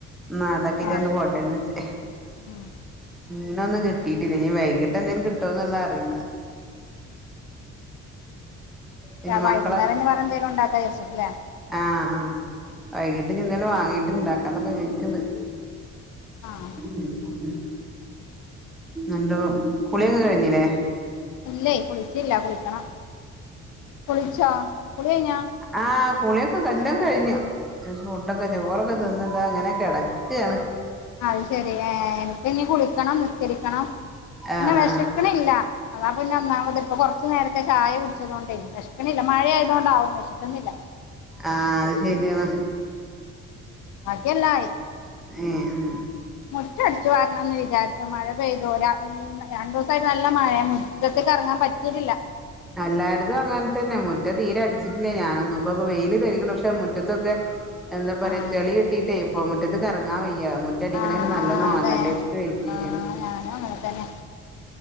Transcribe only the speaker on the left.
ആഹ്
ഉം
ഞാൻ വൈകുന്നേരം
വേറെ എന്തെങ്കിലും ഉണ്ടാക്കാൻ വിചാരിച്ചു രിച്ചിട്ടില്ലേ
ആഹ്
ഇല്ലേയ് കുളിച്ചില്ല. കുളിക്കണം. കുളിച്ചോ കുളി കഴിഞ്ഞോ
അത് ശെരി ഏഹ് എനിക്ക് ഇനി കുളിക്കണം നിസ്കരിക്കണം
പിന്നെ വിശക്ണില്ല
അതാ പിന്നെ ഒന്നാമത് ഇപ്പൊ കുറച്ച് നേരത്തെ ചായ കുടിച്ചതുകൊണ്ടായി മഴ ആയതുകൊണ്ടാവും വിശക്കുന്നില്ല
ബാക്കിയെല്ലാആയി
മുറ്റം അടിച്ചു വാരണംന്ന് വിചാരിച്ചു മഴ പെയ്തു ഒരാ രണ്ടു ദിവസംമായിട്ട് നല്ല മഴ മുറ്റത്തക്ക് ഇറങ്ങാൻ പറ്റിട്ടില്ല
ആഹ്
ആഹ്
അതെ
ആഹ് ഞാനും അങ്ങനെ തന്നെ